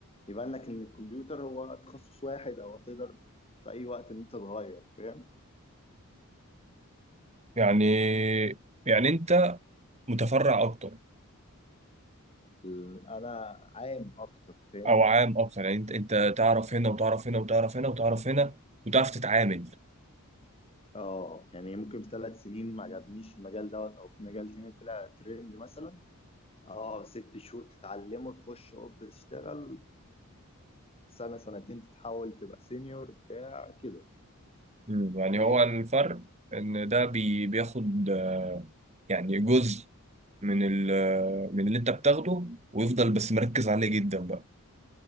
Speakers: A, on the left; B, on the right.
A: يبان لك ان الكمبيوتر هو تخصص واحد او تقدر في اي وقت ان انت تغير فاهم
B: يعني يعني انت متفرع اكتر
A: ال- انا عام اكتر فاهم
B: او عام اكتر يعني انت انت تعرف هنا وتعرف هنا وتعرف هنا وتعرف هنا وتعرف تتعامل
A: اه يعني ممكن في ثلاث سنين ما عجبنيش المجال دوت او في مجال تاني طلع ترند مثلا اه ست شهور تتعلمه تخش اوب تشتغل وسنة سنتين تتحول تبقى سينيور بتاع كده
B: مم. يعني
A: فاهم
B: هو الفرق ان ده بي بياخد آه، يعني جزء من ال من اللي انت بتاخده ويفضل بس مركز عليه جدا بقى